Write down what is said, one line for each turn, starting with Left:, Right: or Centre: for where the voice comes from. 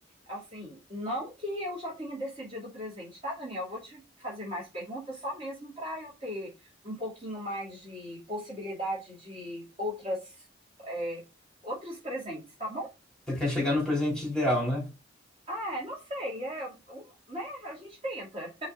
Right: Assim, não que eu já tenha decidido o presente, tá, Daniel? Vou te fazer mais perguntas, só mesmo para eu ter um pouquinho mais de possibilidade de outras, é, outros presentes, tá bom?
Centre: Você quer chegar no presente ideal, né?
Right: Ah, é, não sei, é, um, né? A gente tenta,